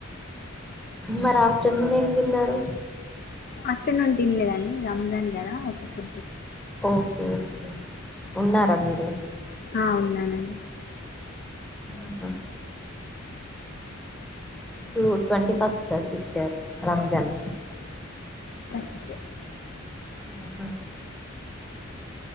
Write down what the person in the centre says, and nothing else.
మరి ఆఫ్టర్నూన్ ఏం తిన్నారు
ఓకే ఓకే ఉన్నారా
మీరు
ఆహా టు ట్వంటి ఫస్ట్ కద సిస్టర్ రంజాన్
ఆహా